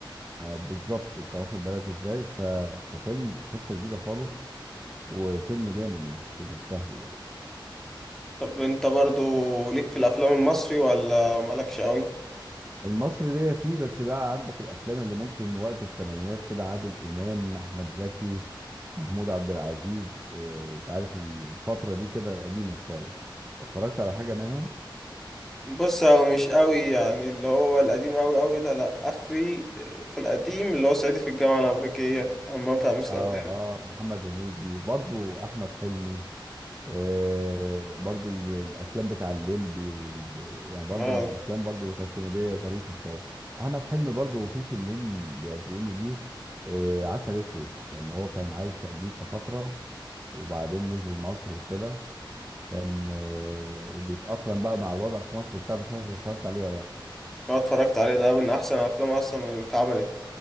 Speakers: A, on the right (about 25°); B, in the centre.
A: آه بالظبط انت واخد بالك ازاي ف... ففيلم قصة جديدة خالص وفيلم جامد مش مش سهل يعني
B: طب انت برضو ليك في الافلام المصري ولا مالكش قوي
A: المصري ليا فيه بس بقى عندك الافلام اللي ممكن وقت الثمانينات كده عادل امام احمد زكي محمود عبد العزيز آه، انت عارف الفترة دي كده القديمة شوية اتفرجت على حاجة منها
B: بص هو مش قوي يعني اللي هو القديم قوي قوي ده لا اخري في القديم اللي هو صعيدي في الجامعه الامريكيه همام في امستردام
A: اه اه محمد هنيدي برضو احمد حلمي آه برضو ال- الافلام بتاع الليمبي وال... يعني برضو
B: اه
A: من الافلام برضو اللي كانت كوميديه ظريفه شويه احمد حلمي برضو في فيلمين بيعجبوني ليه آه عسل اسود لما هو كان عايش في امريكا فتره وبعدين نزل مصر وكده كان آه وبيتاقلم بقى مع الوضع في مصر وبتاع مش عارف انت اتفرجت عليه ولا لا
B: اه اتفرجت عليه ده من احسن افلام اصلا اللي اتعملت